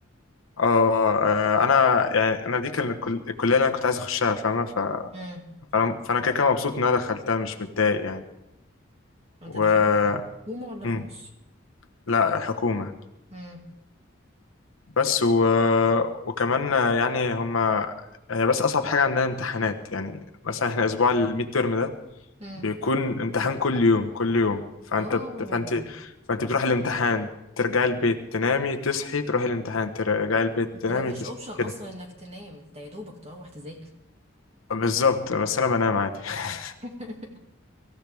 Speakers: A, on the left; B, on the right.
A: اه آه، انا يعني انا دي كان الكل- الكلية اللي انا كنت عايز اخشها فاهمة ف-
B: مم.
A: فانا فانا كده كده مبسوط ان انا دخلتها مش متضايق يعني
B: انت
A: و
B: داخلها حكومة ولا
A: مم.
B: خاص؟
A: لا حكومة
B: امم
A: بس و... وكمان يعني هما هي بس اصعب حاجة عندنا امتحانات يعني مثلا احنا اسبوع الميد تيرم ده
B: امم
A: بيكون امتحان كل يوم كل يوم فانت
B: اه
A: بت- فانت فانت بتروح الامتحان ترجعي البيت تنامي تصحي تروحي الامتحان ترجعي البيت
B: انت
A: تنامي
B: ما فيش
A: تصحي
B: اوبشن اصلا
A: كده
B: انك تنام انت يا دوبك تروح تذاكر
A: بالظبط بس انا بنام عادي <laughs>
B: <laughs>